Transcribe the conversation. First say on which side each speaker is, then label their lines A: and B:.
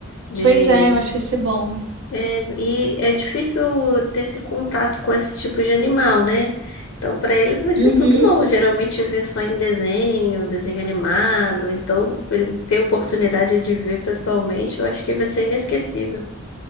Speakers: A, on the left; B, on the right.
A: De.
B: Pois é, eu acho que vai ser bom.
A: é, e é difícil ter esse contato com esse tipo de animal, né? Então, para eles vai ser
B: Uhum,
A: tudo novo. Geralmente vê só em desenho, desenho animado. Então, ele ter oportunidade de ver pessoalmente, eu acho que vai ser inesquecível.